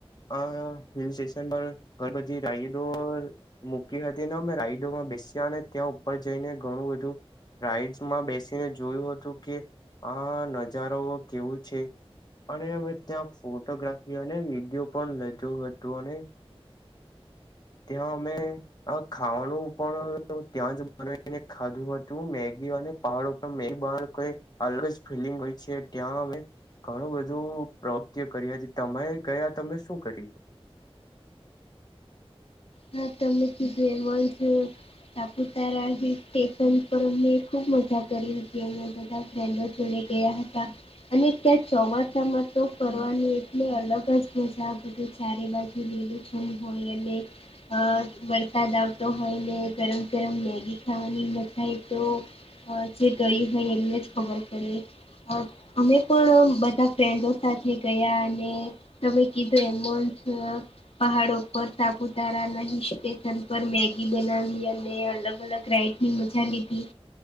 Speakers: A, on the left; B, on the left.
A: આ હિલ સ્ટેશન પર ઘણી બધી રાયડો મૂકી હતી ને મેં રાઈડોમાં બેસ્યા અને ત્યાં ઉપર જઈને ઘણું બધું રાઈડસ માં બેસીને જોયું હતું કે આ નજારાઓ કેવું છે અને અમે ત્યાં ફોટોગ્રાફી અને વિડીયો પણ લીધો હતું અને ત્યાં અમે આ ખાવાનું પણ ત્યાં જ બનાવીને ખાધું હતું તું મેગી અને પહાડ ઉપર મેગી બના અલગ ફીલિંગ હોય છે ત્યાં અ ઘણું બધું પ્રવૃતિ કરી હતી તમે ગયા તમે શું કરી
B: હા તમે કીધું એમાં છે સાપુતારા જે સ્ટેશન પર અને ખુબ મજા કરી હતી અ બધા નડો જોડે ગયા હતા અને ત્યાં ચોમાસામાં તો ફરની એટલી અલગ જ મજા બધી ચારે બાજુ લીલીું શ હોય એ અને અ વરસાદ આવતો હોય ને ગરમ ગરમ મેગી ખાવાની ન થાય તો હ ચધ હ એમને જ ખબર પડે અમે પણ બધા ફ્રેન્ડો સાથે ગયા અને તમે કીધું એમ જ પહાડો ઉપર તાપુ તારા નહી સકેન પર મેગી બનાવી અને અલગ અલગ રાઈટીની મજા લીધી